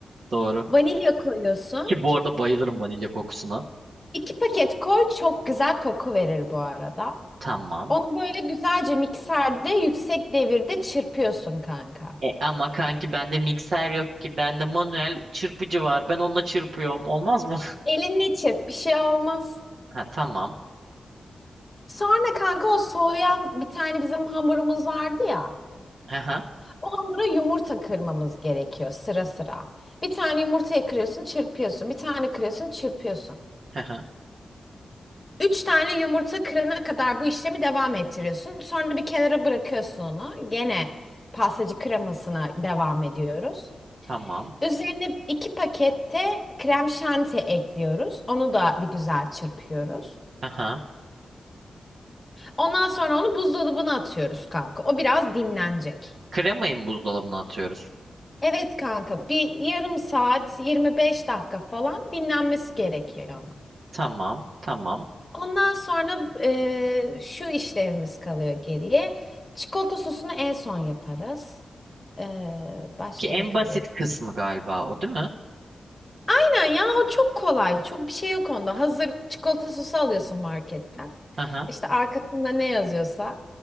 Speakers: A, on the right (about 75°); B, on the left (about 20°).
A: Doğru.
B: Vanilya koyuyorsun.
A: Ki bu arada bayılırım vanilya kokusuna.
B: İki paket koy çok güzel koku verir bu arada.
A: Tamam.
B: Onu böyle güzelce mikserde yüksek devirde çırpıyorsun kanka.
A: E ama kanki bende mikser yok ki. Bende manuel çırpıcı var. Ben onunla çırpıyorum. Olmaz mı? <laughs>
B: Elinle çırp bir şey olmaz.
A: Ha tamam.
B: Sonra kanka o soğuyan bir tane bizim hamurumuz vardı ya.
A: Aha.
B: O hamura yumurta kırmamız gerekiyor sıra sıra. Bir tane yumurtayı kırıyorsun çırpıyorsun. Bir tane kırıyorsun çırpıyorsun.
A: Aha.
B: Üç tane yumurta kırana kadar bu işlemi devam ettiriyorsun. Sonra bir kenara bırakıyorsun onu. Gene pastacı kremasına devam ediyoruz.
A: Tamam.
B: Üzerine iki pakette krem şanti ekliyoruz. Onu da bir güzel çırpıyoruz.
A: Aha.
B: Ondan sonra onu buzdolabına atıyoruz kanka. O biraz dinlenecek.
A: Kremayı mı buzdolabına atıyoruz?
B: Evet kanka bir yarım saat 25 dakika falan dinlenmesi gerekiyor onun.
A: Tamam. Tamam.
B: Ondan sonra eee, şu işlerimiz kalıyor geriye. Çikolata sosunu en son yaparız. Eee, başka
A: Ki en
B: ne kalıyor?
A: basit kısmı galiba o değil mi?
B: Aynen ya o çok kolay. Çok bir şey yok onda. Hazır çikolata sosu alıyorsun marketten.
A: Aha.
B: İşte arkasında ne yazıyorsa